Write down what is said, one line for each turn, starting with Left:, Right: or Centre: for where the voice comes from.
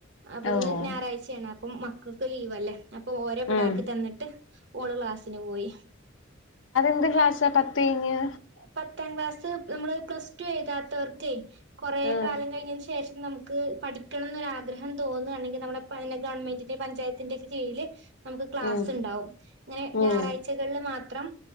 Right: അപ്പൊന്ന്
Left: ഓഹ്
Right: ഞായറാഴ്ചയാണ് അപ്പം മക്കക്ക് ലീവ് അല്ലേ. അപ്പൊ ഓരോവിട
Left: ഉം
Right: ആക്കി തന്നിട്ട് ഓള് ക്ലാസ്സിന് പോയി.
Left: എന്ത് ക്ളാസ് പത്തഴിഞ്ഞ്.
Right: പത്താം ക്ലാസ്സ് നമ്മള് പ്ലസ് ടു എഴുതാത്തോർക്ക് കൊറെ
Left: ഉം
Right: കാലം കഴിഞ്ഞ്. ശേഷം നമുക്ക് പഠിക്കണം എന്നൊരാഗ്രഹം തോന്നണെങ്കി നമ്മള പിന്നെ ഗവൺമെന്റിന്റെ പഞ്ചായത്തിന്റെ ഒക്കെ കീഴില്. നമുക്ക് ക്ലാസ്
Left: ഉം
Right: ഉണ്ടാവും ങ്ങനെ ഞായറാഴ്ചകളിൽ
Left: ഉം
Right: മാത്രം.